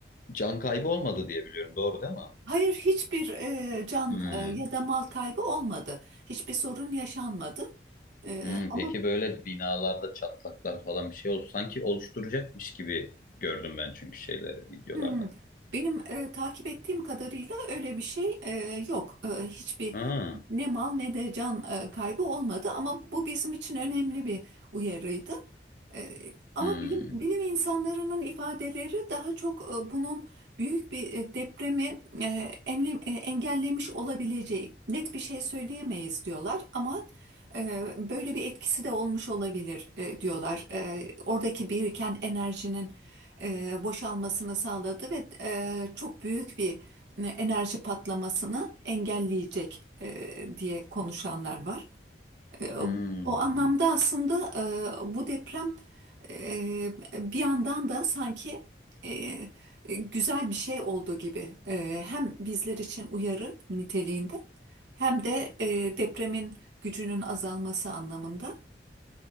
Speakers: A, on the left; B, on the right.
A: can kaybı olmadı diye biliyorum. Doğru değil mi?
B: Hayır hiçbir e, can
A: Hmm.
B: e, ya da mal kaybı olmadı. Hiçbir sorun yaşanmadı. E,
A: Hmm,
B: ama
A: peki böyle binalarda çatlaklar falan bir şey oldu. Sanki oluşturacakmış gibi gördüm ben çünkü şeyleri videolarda.
B: Hmm. Benim e, takip ettiğim kadarıyla öyle bir şey e, yok. E, hiçbir
A: Ha,
B: ne mal ne de can e, kaybı olmadı ama bu bizim için önemli bir uyarıydı. E, ama
A: hmm,
B: bilim, bilim insanlarının ifadeleri daha çok e, bunun büyük bir e, depremi e, enle- e, engellemiş olabileceği net bir şey söyleyemeyiz diyorlar ama e, böyle bir etkisi de olmuş olabilir e, diyorlar. E, oradaki biriken enerjinin e, boşalmasını sağladı ve e, çok büyük bir e, enerji patlamasını engelleyecek e, diye konuşanlar var. E,
A: hmm.
B: o anlamda aslında e, bu deprem e, bir yandan da sanki e, güzel bir şey olduğu gibi e, hem bizler için uyarı niteliğinde hem de e, depremin gücünün azalması anlamında. <clears throat>